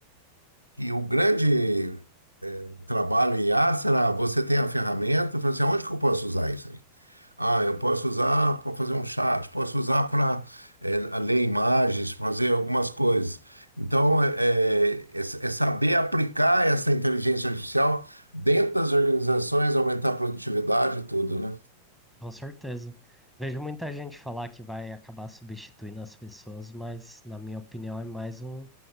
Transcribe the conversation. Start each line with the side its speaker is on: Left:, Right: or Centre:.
Right: que o grande trabalho em IA será você tem a ferramenta, e fala assim, onde que eu posso usar isso aí? Ah, eu posso usar para fazer um chat, posso usar para ler imagens, fazer algumas coisas. Então é, é, é é saber aplicar essa inteligência artificial dentro das organizações, aumentar a produtividade e tudo, né?
Centre: Com certeza. Vejo muita gente falar que vai acabar substituindo as pessoas, mas na minha opinião é mais um,